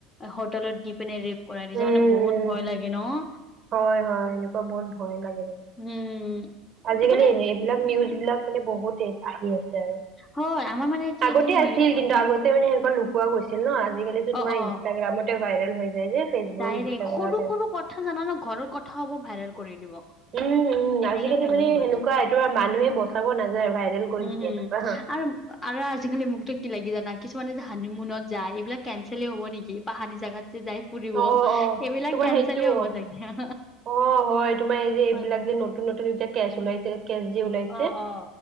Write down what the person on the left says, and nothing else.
হোটেলত দি পিনে ৰেপ কৰাই দিছে
মানে বহুত ভয় লাগে ন?
উম
মানে
হয়, আমাৰ মানে কি
এইটো
নি
অ
অ
ডাইৰেক্ট,
সৰু সৰু কথা জানান ঘৰৰ কথা হব ভাইৰেল কৰি দিব।
এনেকে
ফেমাচ
হৈ
যায়
উম
হম
আৰু আৰু আজিকালি মোকত কি লাগি জানা কিছুমানে যে হানি মনত যায় এইবিলাক কেনচেলেই হ'ব নেকি পাহানি জোগাত যে যায় ফুৰিব
এইবিলাক
কেনচেল
হ'ব চাগে।
হয়
অ অ